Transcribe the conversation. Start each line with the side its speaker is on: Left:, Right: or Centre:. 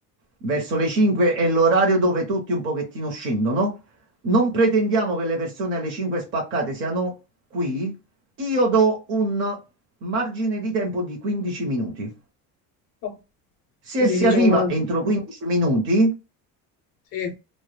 Right: Verso le 5 è l'orario dove tutti un pochettino scendono. Non pretendiamo che le persone alle 5 spaccate siano qui. Io do un margine di tempo di 15 minuti.
Left: Oh,
Right: Se
Left: Quindi
Right: si
Left: diciamo,
Right: arriva entro 15 minuti,
Left: sì,